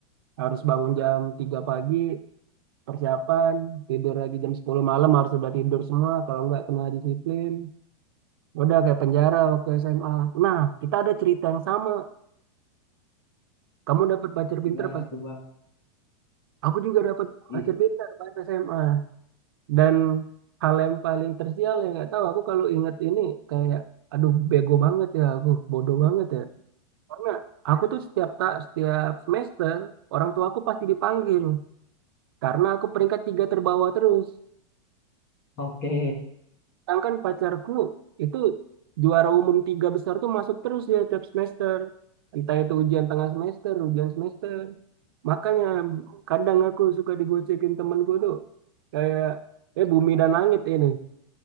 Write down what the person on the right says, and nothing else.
harus bangun jam 3 pagi persiapan tidur lagi jam sepuluh malam harus udah tidur semua kalau nggak kena disiplin Udah kayak penjara waktu SMA. Nah, kita ada cerita yang sama. Kamu dapat pacar
pinter pas
aku juga dapat
pacar pinter pas SMA. Dan hal yang paling tersial yang nggak tahu aku kalau inget ini kayak aduh bego banget ya aku, bodoh banget ya. Karena aku tuh setiap tak setiap semester orang tua aku pasti dipanggil karena aku peringkat tiga terbawah terus.
Sedangkan pacarku itu juara umum tiga besar tuh masuk terus ya tiap semester. Entah itu ujian tengah semester, ujian semester. Makanya kadang aku suka digocekin temanku tuh kayak eh bumi dan langit ini.